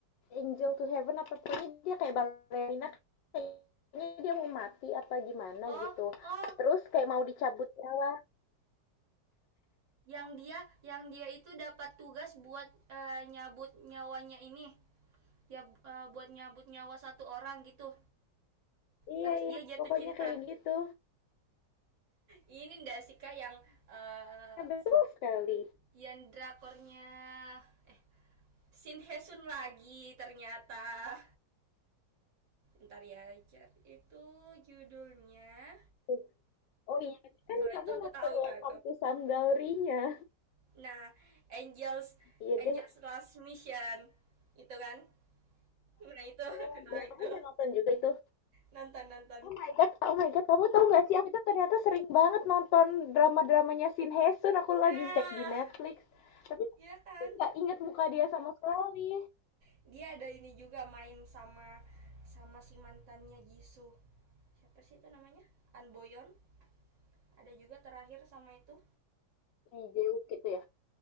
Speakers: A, on the left; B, on the right.
A: Angel to Heaven apa pokoknya dia kayak balerina Ini dia mau mati apa gimana
B: Oh
A: gitu.
B: oh
A: Terus kayak mau dicabut nyawa.
B: yang dia yang dia itu dapat tugas buat eh, nyabut nyawanya ini ya eh, buat nyabut nyawa satu orang gitu
A: Iya
B: terus
A: iya,
B: dia jatuh
A: pokoknya
B: cinta
A: kayak gitu.
B: ini ndak sih kak yang eh,
A: Ya, betul sekali.
B: yang drakornya eh Shin Hesun lagi ternyata ntar ya cari itu judulnya
A: Eh, Oh iya, kan
B: kalau
A: kamu
B: itu aku
A: nonton
B: tahu
A: Welcome
B: kak
A: to Some Gallery-nya.
B: nah Angels
A: Iya
B: Angels
A: deh,
B: Last Mission itu kan nah itu aku
A: keren.
B: tahu
A: Iya, kamu
B: itu
A: udah nonton juga itu.
B: Nantan Nantan.
A: Oh my god, oh my god, kamu tahu nggak sih aku tuh ternyata sering banget nonton drama-dramanya Shin Hye Sun. Aku
B: Ah,
A: lagi cek di Netflix. Tapi aku
B: iya kan?
A: nggak ingat muka dia sama sekali.
B: Dia ada ini juga main sama sama si mantannya Jisoo. Siapa sih itu namanya? An Boyon. Ada juga terakhir sama itu.
A: Lee Jae-wook gitu ya.